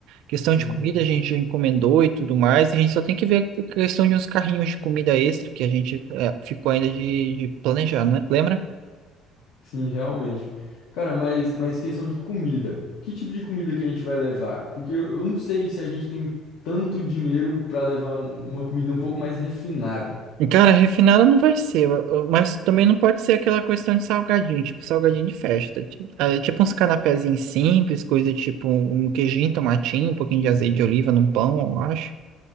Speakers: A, on the right; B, on the left.
A: Questão
B: Sim.
A: de comida a gente já encomendou e tudo mais, e a gente só tem que ver a questão de uns carrinhos de comida extra que a gente eh, ficou ainda de, de planejar, né? Lembra?
B: Sim, realmente. Cara, mas, mas questão de comida. Que tipo de comida que a gente vai levar? Porque eu eu não sei se a gente tem tanto dinheiro pra levar um- uma comida um pouco mais refinada.
A: Cara, refinada não vai ser, eu- eu- mas também não pode ser aquela questão de salgadinho, tipo salgadinho de festa. Tipo, é, tipo uns canapézinhos simples, coisa tipo um um queijinho, tomatinho, um pouquinho de azeite de oliva num pão, eu acho.